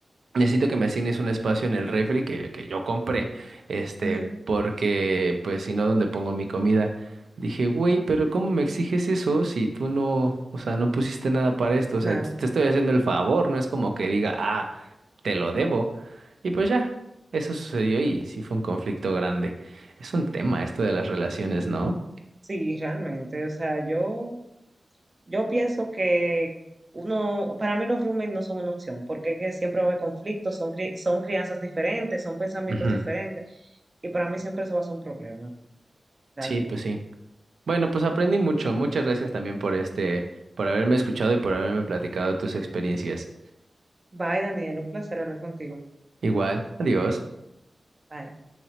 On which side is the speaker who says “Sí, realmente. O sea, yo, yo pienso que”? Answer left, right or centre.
Right